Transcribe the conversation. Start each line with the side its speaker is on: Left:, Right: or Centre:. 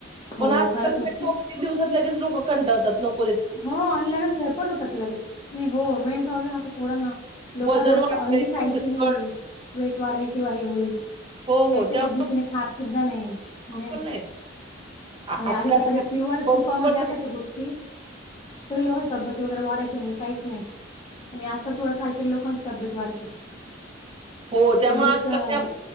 Left: हो,
Right: पण आजकाल,
Left: खरंच नक्की.
Right: दोन तीन दिवसात लगेच लोक कंटाळतात लोकं.
Left: हो आणि लगेच हे पण होत ति लगे, आणि हो मेन प्रॉब्लेम अस पोरांना. लोकांना
Right: वजन वाढतंय वजन वाढतंय,
Left: असं ऑइली
Right: तेलकट
Left: खायची नाहीे, वेट वाढेल किंवा हे होईल.
Right: हो
Left: त्याच्या
Right: हो त्या
Left: भीतीने खात सुद्धा नाही आणि,
Right: पण नाहीत. आजकाल
Left: आणि आधी तर, सगळ्या
Right: आपल्याला
Left: प्युअर
Right: बरोबर
Left: तुपामध्ये
Right: पण
Left: असायच्या
Right: नाही
Left: गोष्टी. तरी लोकांची तब्येत वगैरे वाढयची नाही काहीच नाही आणि, आजकाल थोडं खाल तरी लोकांची तब्येत वाढते.
Right: हो त्यामुळे
Left: म्हणजे
Right: आज
Left: इतकं
Right: क त्या